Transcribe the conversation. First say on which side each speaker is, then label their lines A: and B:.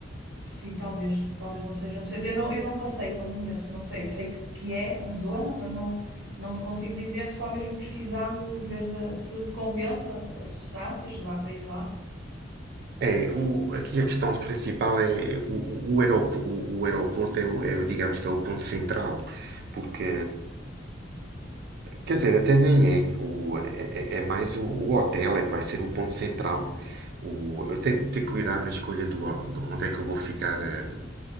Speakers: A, on the right; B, on the right.
A: Sim, talvez. Talvez não seja no centro. Eu não, eu não passei, não conheço, não sei. Sei que, que é na zona, mas não, não te consigo dizer. Só mesmo pesquisando e veres a- se te compensa as distâncias, se dá para ir lá.
B: É, o- aqui a questão principal é o, o, o aeroporto, o, o aeroporto é, é digamos que é o ponto central, porque Quer dizer, até nem é. O, é, é- é mais o, o hotel é que vai ser o ponto central. O- eu tenho que ter cuidado na escolha do, ho- onde é que eu vou ficar eh,